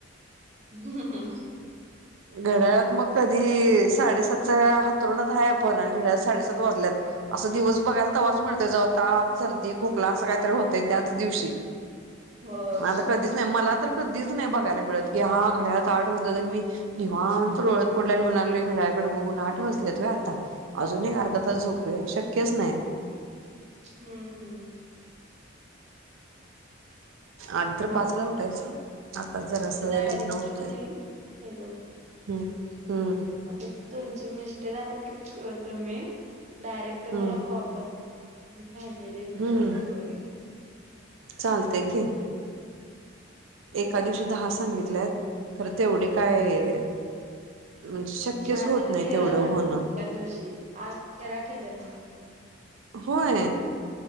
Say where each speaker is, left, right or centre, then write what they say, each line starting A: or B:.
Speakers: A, on the right; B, on the right.
A: हं हं हं.
B: घड्याळात मग कधी, साडेसातचा आतरूणात हाय आपण आणि घड्याळात साडेसात वाजल्यात. असं दिवस बघायला तवाच मिळतोय, जवा ताप, सर्दी, खोकला असं काहीतर होत य त्याच दिवशी,
A: होय.
B: म आता कधीच नही, मला तर कधीच नाही बघायला मिळत, की हां घड्याळात आठ वाजल्यात, अन् मी निवांत लोळत पडल्या आणि म्हणायलोय घड्याळाकड बघून, आठ वाजल्यात, व्हय आता, अजून अर्धा तास झोपूया, शक्यच नाय.
A: हम्म हम्म.
B: आदी तर
A: मग
B: पाचला, उठायच. आताच जरास
A: डायरेक्ट
B: लेट न उठतेय,
A: कणी हॅलो
B: हम् हम्म.
A: आता तुमचे मिस्टर आलेत की, तुम्ही डायरेक्ट
B: हम्म
A: मला कॉल कर राहिलेले,
B: हम्म.
A: पूर्ण करूया.
B: चालतय की. एका
A: अ
B: दिवशी दहा सांगितल्यात, खरं तेवढे काय? म्हणजे शक्यच
A: माझे
B: होत नाही,
A: तेरा
B: तेवढं
A: झालेत
B: होणं.
A: त्या दिवशी, आज तेरा केल्यात मी.
B: होय.